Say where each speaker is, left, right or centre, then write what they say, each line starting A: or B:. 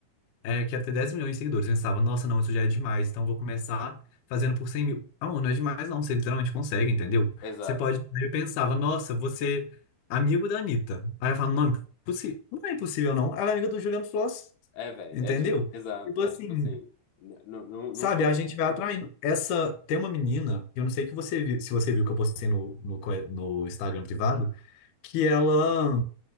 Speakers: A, on the left; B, on the left.
A: é, quero ter 10 milhões de seguidores. Eu pensava, nossa, não, isso já é demais, então eu vou começar fazendo por 100 mil. Não, não é demais, não, você literalmente consegue, entendeu?
B: exato.
A: Você pode. Aí eu pensava, nossa, você amigo da Anitta. Aí eu falava,
B: Uhum.
A: não, impossi- não é impossível, não. Ela é amiga do Juliano Floss,
B: É, velho,
A: entendeu?
B: é, ti- exato,
A: Tipo
B: é
A: assim,
B: tipo assim, n- n- não não
A: sabe,
B: pode.
A: a gente vai atraindo. Essa, tem uma menina, eu não sei que você viu, se você viu que eu postei no, no, co- no Instagram privado, que ela,